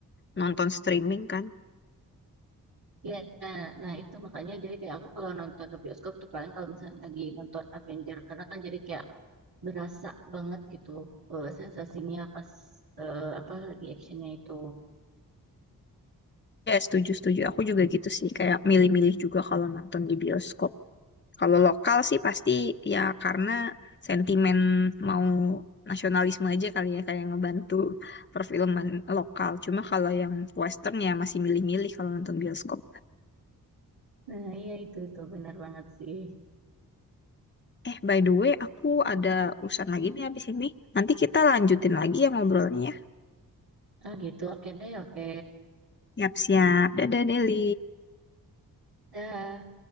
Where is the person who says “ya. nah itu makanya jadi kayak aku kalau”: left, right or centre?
Right